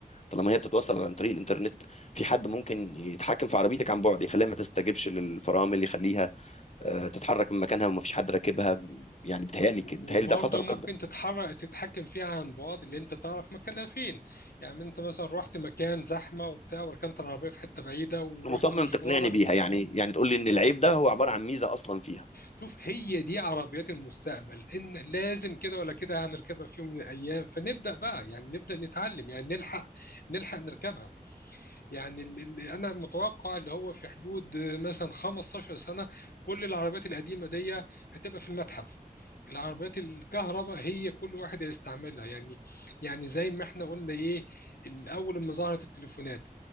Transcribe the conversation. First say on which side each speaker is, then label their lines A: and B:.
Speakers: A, on the left; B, on the left.
A: طالما هي بتتوصل عن طريق الانترنت في حد ممكن يتحكم في عربيتك عن بعد يخليها ما تستجبش للفرامل يخليها آه، تتحرك من مكانها وما فيش حد راكبها يعني بتهيالي بتهيالي
B: وبرضه
A: ده خطر
B: ممكن
A: برضه
B: تتحرك تتحكم فيها عن بعد اللي انت تعرف مكانها فين يعني انت مثلا رحت مكان زحمه وبتاع وركنت العربيه في حته بعيده ورحت
A: أنت مصمم
B: مشوارك
A: تقنعني بيها يعني يعني تقول لي ان العيب ده هو عباره عن ميزه اصلا فيها
B: شوف هي دي عربيات المستقبل ان لازم كده ولا كده هنركبها في يوم من الايام فنبدا بقى يعني نبدا نتعلم يعني نلحق نلحق نركبها يعني ال- اللي انا متوقع اللي هو في حدود آه، مثلا 15 سنه كل العربيات القديمه دي هتبقى في المتحف العربيات الكهرباء هي كل واحد هيستعملها يعني يعني زي ما احنا قلنا ايه الاول لما ظهرت التليفونات